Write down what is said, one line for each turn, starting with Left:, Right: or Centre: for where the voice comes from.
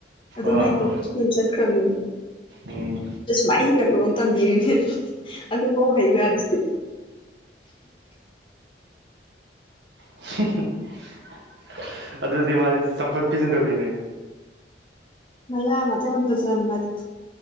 Left: ꯑꯗꯨꯝ
Right: ꯑꯥ
Left: ꯍꯩ ꯇꯅ ꯑꯗꯨꯝ ꯆꯠꯈ꯭ꯔꯃꯦꯕ
Right: ꯎꯝ
Left: ꯁꯨꯃꯥꯏꯅ ꯍꯤꯒꯠꯂꯣꯅ ꯇꯝꯕꯤꯔꯤꯅꯦ ꯑꯗꯨꯐꯧ ꯍꯩꯌꯨ ꯌꯥꯗꯦ
Right: <unintelligible> ꯑꯗꯨꯗꯤ ꯃꯥꯗꯤ ꯆꯝꯐꯨꯠ ꯄꯤꯖꯗꯕꯤꯅꯦ
Left: ꯃꯌꯥ ꯃꯁꯛ <unintelligible>